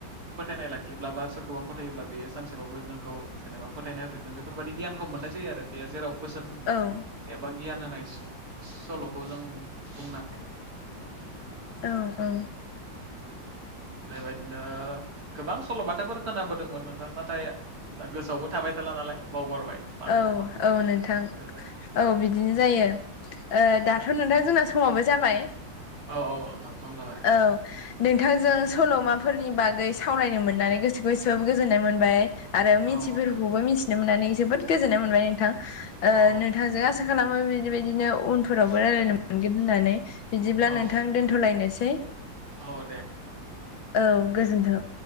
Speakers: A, on the right; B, on the left.
A: फोथायनाय लाखिब्ला बा सोरखौबा फोथायोब्ला बेयो सानसेबबो नोंखौ जेनेबा फथायनाय होफिनगोन बे बेफोरबायाददि गियानखौ मोननाय जायो आरो बेयो जेराव बोसोन
B: औ
A: एबा गियान होनाय सल'खौ जों बुंनो
B: औ औ।
A: बे बायदिनो गोबां सल'बाथाफोर खोनाबोदोंमोन नोंथां नाथाय गोसोआवबो थाबाय थाला नालाय बावगारबाय। माखौबा
B: औ
A: माखौबा
B: औ नोंथां
A: बेबायदि
B: औ बिदिनो जायो। ओ दाथ' नोंथां जोंना समावबो जाबाय?
A: औ औ नोंथां सम जाबाय।
B: औ नोंथांजों सल'माफोरनि बागै सावरायनो मोननानै गोसोखौ एसेबाबो गोजोननाय मोनबाय। आरो मिथियैफोरखौबो
A: औ
B: मिथिनो मोननानै जोबोद गोजोननाय मोनबाय नोंथां ओ
A: औ
B: नोंथांजों आसा खालामो बिबायदिनो उनफोरावबो रायज्लायनो मोनगोन होननानै बिदिब्ला
A: औ
B: नोंथां दोन थ'लायनोसै।
A: औ दे।
B: औ गोजोन्थों।